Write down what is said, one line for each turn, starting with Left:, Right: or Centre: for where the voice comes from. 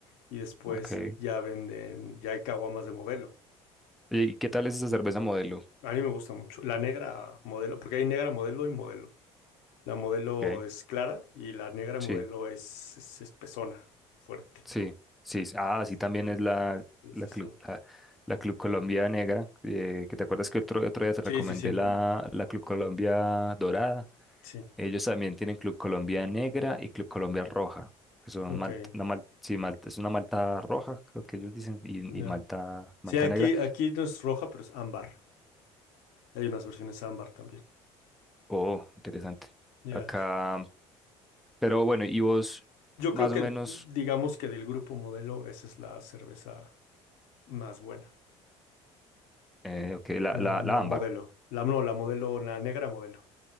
Left: Y después
Centre: Okay.
Left: ya venden, ya hay caguamas de Modelo.
Centre: Oye, ¿y qué tal es esa cerveza modelo?
Left: A mí me gusta mucho. La negra Modelo, porque hay negra Modelo y Modelo. La modelo
Centre: Ok,
Left: es clara y la negra modelo
Centre: sí.
Left: es, es espesona, fuerte.
Centre: Sí, sí, sí. ah,
Left: Este,
Centre: sí, también es la,
Left: sí,
Centre: la
Left: sí, sí.
Centre: Club, la, la Club Colombia Negra, eh, que te acuerdas que otro, otro día te recomendé
Left: Sí, sí, sí.
Centre: la, la Club Colombia Dorada.
Left: Sí,
Centre: Ellos también tienen Club Colombia Negra y Club Colombia Roja, que son
Left: ok.
Centre: malta, una mal, sí, malta, es una malta roja, creo que ellos dicen, y,
Left: Ya.
Centre: y malta,
Left: Sí,
Centre: malta
Left: aquí,
Centre: negra.
Left: aquí no es roja, pero es ámbar. Hay unas versiones ámbar también.
Centre: Oh, interesante.
Left: Ya.
Centre: Acá, pero bueno, y vos,
Left: Yo
Centre: más
Left: creo que,
Centre: o menos,
Left: digamos que del grupo modelo, esa es la cerveza más buena.
Centre: eh, ok, la,
Left: La,
Centre: la,
Left: la
Centre: la ámbar.
Left: modelo. La, no, la modelo, la negra modelo.